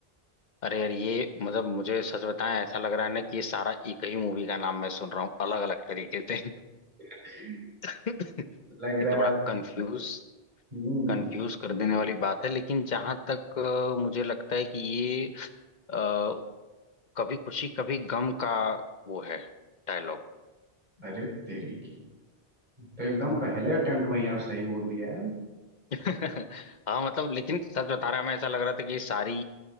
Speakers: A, on the left; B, on the right.
A: अरे यार ये मतलब मुझे सच बताएं ऐसा लग रहा है ना कि ये सारा एक ही मूवी का नाम मैं सुन रहा हूँ अलग अलग तरीके से
B: <laughs>
A: <laughs>
B: लग
A: ये
B: रहा
A: तो बड़ा
B: है आप-
A: कंफ्यूज
B: हम्म
A: कंफ्यूज कर देने वाली बात है लेकिन जहां तक अ, मुझे लगता है कि ये अ, कभी खुशी कभी गम का वो है डायलॉग
B: अरे तेरी की तो एकदम पहले अटेम्प्ट में ही आप सही बोल दिया यार <laughs>
A: <laughs> हाँ मतलब लेकिन सच बता रहा हूं, मैं ऐसा लग रहा था कि सारी